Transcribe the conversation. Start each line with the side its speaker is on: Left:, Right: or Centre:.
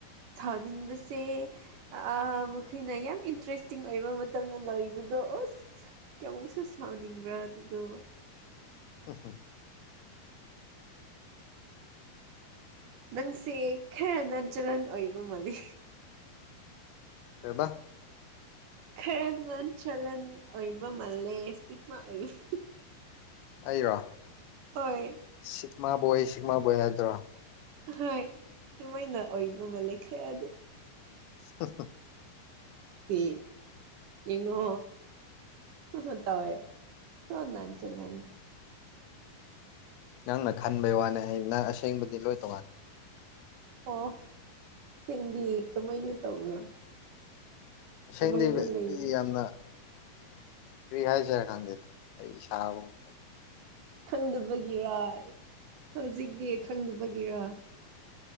Right: ꯊꯥꯅꯤꯡꯕꯁꯦ ꯑꯥ ꯃꯈꯣꯏꯅ ꯌꯥꯝ ꯏꯟꯇꯔꯦꯁꯇꯤꯡ ꯑꯣꯏꯕ ꯃꯇꯝꯗ ꯂꯣꯏꯕꯗꯣ ꯑꯨꯁ ꯀꯌꯥꯃꯨꯛꯁꯨ ꯁꯥꯎꯅꯤꯡꯕ꯭ꯔꯥ ꯑꯗꯨꯗꯨ
Left: <unintelligible>
Right: ꯅꯪꯁꯦ ꯈꯔ ꯅꯟ ꯆꯂꯟ ꯑꯣꯏꯕ ꯃꯥꯜꯂꯤ
Left: ꯀꯩꯕꯥ
Right: ꯈꯔ ꯅꯟ ꯆꯂꯟ ꯑꯣꯏꯕ ꯃꯥꯜꯂꯦ ꯁꯤꯛꯃꯥ ꯑꯣꯏꯕ
Left: ꯑꯩꯔꯣ
Right: ꯍꯣꯏ
Left: ꯁꯤꯛꯃꯥ ꯕꯣꯏ ꯁꯤꯛꯃꯥ ꯕꯣꯏ ꯍꯥꯏꯗ꯭ꯔꯣ
Right: ꯍꯣꯏ ꯑꯗꯨꯃꯥꯏꯅ ꯑꯣꯏꯕ ꯃꯥꯜꯂꯤ ꯈ꯭ꯔꯗꯤ
Left: <unintelligible>
Right: ꯄꯦ ꯌꯦꯡꯉꯣ <unintelligible> ꯇꯧꯋꯦ ꯁꯣ ꯅꯟ ꯆꯂꯟ
Left: ꯅꯪꯅ ꯈꯟꯕꯩ ꯋꯥꯅꯦ ꯍꯌꯦꯡ ꯅꯪ ꯑꯁꯦꯡꯕꯗꯤ ꯂꯣꯏ ꯇꯣꯡꯉꯥ
Right: ꯑꯣ ꯏꯁꯤꯡꯗꯤ ꯀꯃꯥꯏꯅ ꯇꯧꯕ꯭ꯔꯣ
Left: <unintelligible>
Right: ꯀꯃꯥꯏꯅ ꯂꯩꯕ
Left: ꯇꯗꯤ ꯌꯥꯝꯅ ꯀ꯭ꯔꯤ ꯍꯥꯏꯁꯤꯔꯥ ꯈꯪꯗꯦꯗ ꯑꯩ ꯏꯁꯥꯃꯛ
Right: ꯈꯪꯗꯕꯒꯤꯔ ꯍꯧꯖꯤꯛꯇꯤ ꯈꯪꯗꯕꯒꯤꯔ